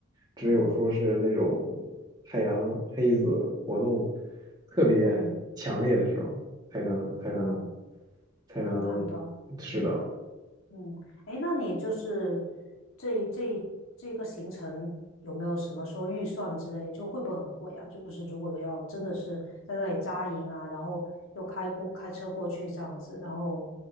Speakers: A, on the right (about 20°); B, on the left (about 85°).
A: 只有说是那种太阳黑子活动
B: 嗯
A: 特别强烈的时候，
B: 嗯，
A: 才能才能
B: 哦，
A: 才能，
B: 才能看到，
A: 是的。
B: 嗯嗯，哎，那你就是这一这一这个行程有没有什么说预算之类，就会不会很贵啊？就是如果要真的是在那里扎营啊，然后又开过开车过去这样子，然后